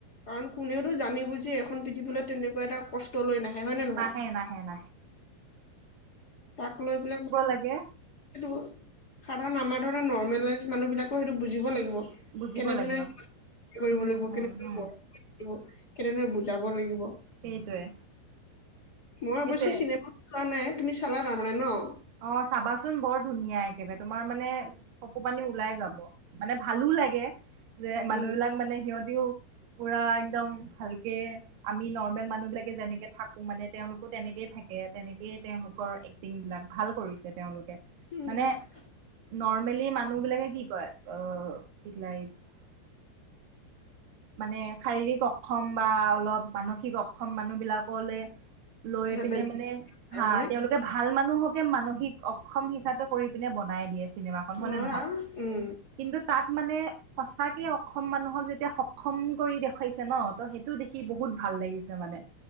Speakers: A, on the left; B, on the right.
A: কাৰণ কোনেওতো জানি বুজি এখন পৃথিৱীলৈ তেনেকুৱা এটা কষ্ট লৈ নাহে। হয় নে নহয়?
B: নাহে নাহ ন।
A: তাক লৈ পেলাই
B: লাগে
A: টো সাধাৰণ আমাৰ ধৰণৰ নৰ্মেলাইজ মানুবিলাক সেইটো বুজিব লাগিব।
B: বুজিব
A: কেনেধৰণে
B: লাগিব
A: কৰিব
B: হম
A: লাগিব
B: হম
A: কেনে
B: হম
A: মৰ লাগ কেনেদৰে বুজাব লাগিব।
B: সেইটোৱে
A: মই অৱশ্যে
B: সেইটোৱে
A: চিনেমা চোৱা নাই, তুমি চালা তাৰমানে ন'।
B: অ চাবাচোন বৰ ধুনীয়া একেবাৰে তোমাৰ মানে চকু পানী ওলাই যাব মানে ভালো লাগে। যে মানুহ
A: উম
B: বিলাক মানে সিহঁতিও পুৰা একদম ভালকে আমি নৰ্মেল মানুহ বিলাকে যেনেকে থাকো মানে তেওঁলোকো তেনেকেই থাকে, তেনেকেই তেওঁলোকৰ এক্টিং বিলাক ভাল কৰিছে তেওঁলোকে।
A: উম
B: মানে নৰ্মেলি মানুহ বিলাকে কি কয় অ কি লাই <unintelligible> মানে শাৰীৰিক অক্ষম বা অলপ মানসিক অক্ষম মানুহবলাকলে লৈ
A: এটা
B: পিনে
A: বেলেগ
B: মানে হা
A: হয়নে
B: তেওঁলোকে ভাল মান। মানুহকে মানসিক অক্ষম হিচাপে কৰি পিনে বনাই দিয়ে। চিনেমা খন হয়নে
A: হয়
B: নহয়,
A: আৰু উম
B: কিন্তু তাত মানে সচাকে অক্ষম মানুহক যেতিয়া খম কৰি দেখুৱাইছে ন ত সেইটো দেখি বহুত ভাল লাগিছে মানে।